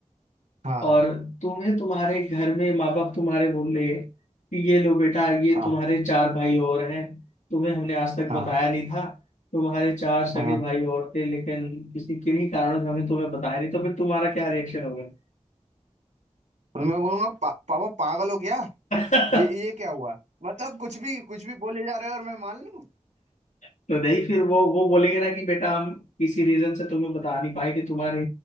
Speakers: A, on the right (about 70°); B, on the left (about 85°).
A: हाँ
B: और तुम्हें तुम्हारे घर में माँ बाप तुम्हारे बोल रहे हैं कि ये लो बेटा ये
A: हाँ
B: तुम्हारे चार भाई और हैं तुम्हें हमने आज तक
A: हाँ
B: बताया नहीं था तुम्हारे चार सगे
A: हाँ
B: भाई और थे लेकिन किसी किन्हीं कारणों से हमें तुम्हें बताया नहीं तो फिर तुम्हारा क्या रिएक्शन होगा
A: तो मैं बोलूंगा पा, पापा पागल हो गया
B: <laughs>
A: ये ये क्या हुआ मतलब कुछ भी कुछ भी बोले जा रहे हो और मैं मान लूं
B: तो नहीं फिर वो वो बोलेंगे ना कि बेटा हम किसी रीजन से तुम्हें बता नहीं पाए कि तुम्हारे